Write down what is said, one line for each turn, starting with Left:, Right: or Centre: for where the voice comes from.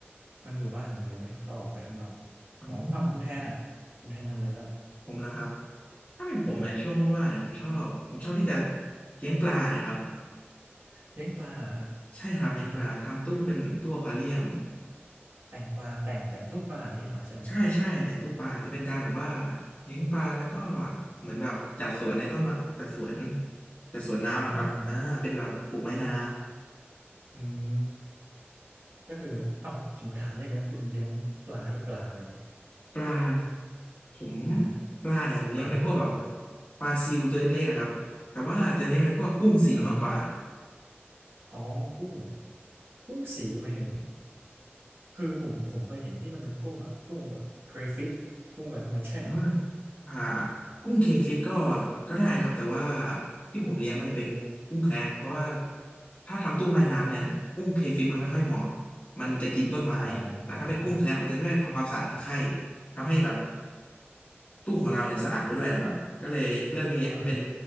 Right: มันอยู่บ้านอย่างเดียวไม่ได้เข้าออกไปข้างนอก
Left: อืม
Right: ของฝั่งคุณแทนอ่ะคุณแทนทำอะไรบ้าง
Left: ผมเหรอครับถ้าเป็นผมเนี่ยช่วงว่างๆเนี่ยผมชอบผมชอบที่จะ
Right: นะฮะ
Left: เลี้ยงปลาเนี่ยครับ
Right: เลี้ยงปลาเหรอครับ
Left: ใช่ครับเลี้ยงปลาทำตู้เป็นตู้อควาเรียม
Right: อ่าฮะแต่งปลาแต่งแต่งรูปปลาอย่างนี้เหรอใช่ไหม
Left: ใช่ใช่แต่งตู้ปลาจะเป็นการแบบว่าเลี้ยงปลาแล้วก็เหมือนแบบจัดสวนในต้นมะจัดสวนจัดสวนน้ำอะครับอ่าเป็นแบบปลูกไม้น้
Right: อ่าฮะอ่าฮะอืมก็คือเอ้าผมถามได้ไหมคุณเลี้ยงปลานี่ปลาอะไรเนี่ย
Left: ำปลาผม
Right: อ่าฮะ
Left: ปลาเนี่ยผมเลี้ยงเป็นพวกแบบ
Right: สักพันพันปลา
Left: ปลาซิวตัวเล็กๆอะครับแต่ว่าจะเน้นเป็นพวกกุ้งสีมากกว่า
Right: อ่าฮะ อ๋อกุ้ง กุ้งสีหมายถึง คือผมผมเคยเห็นที่มันเป็นกุ้งแบบกุ้งแบบเครฟิชกุ้งอะไรพวกนั้นใช่ไหม
Left: อ่าอ่ากุ้งเคฟิตก็ก็ได้ครับแต่ว่าที่ผมเลี้ยงมันจะเป็นกุ้งแคระเพราะว่าถ้าทำตู้ไม้น้ำเนี่ยกุ้งเคฟิตมันไม่ค่อยเหมาะมันจะกินต้นไม้แต่ถ้าเป็นกุ้งแคระมันจะช่วยทำความสะอาดตะไคร่
Right: อ๋อ
Left: ทำให้แบบตู้ของเราเนี่ยสะอาดไปด้วยนะครับก็เลยเลือกเลี้ยงที่เป็น
Right: อ่า